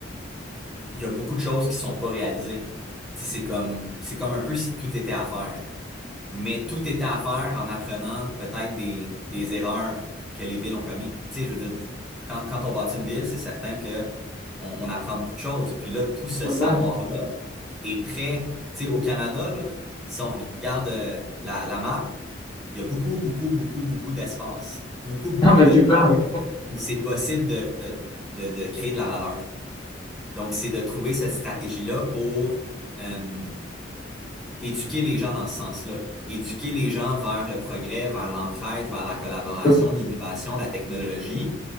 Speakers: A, in the centre; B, on the left (about 20°).
A: il y a beaucoup de choses qui sont pas réalisées. Tu sais, c'est comme, c'est comme un peu si tout était à faire. Mais tout était à faire en apprenant peut-être des, des erreurs que les villes ont commises. Tu sais, je veux dire, quand, quand on bâtit une ville, c'est certain que on, on apprend beaucoup de choses. Puis là, tout ce
B: Total.
A: savoir-là
B: <laughs>
A: est prêt. Tu sais, au Canada, là, si on regarde euh, la, la map, il y a beaucoup, beaucoup, beaucoup, beaucoup d'espace, beaucoup, beaucoup
B: Non, mais
A: de
B: tu
A: terres
B: parles.
A: où c'est possible de, de, de créer de la valeur. Donc, c'est de trouver cette stratégie-là pour euh, éduquer les gens dans ce sens-là. Éduquer les gens vers le progrès, vers l'entraide, vers la collaboration,
B: Donc, c'est-
A: l'innovation, la technologie.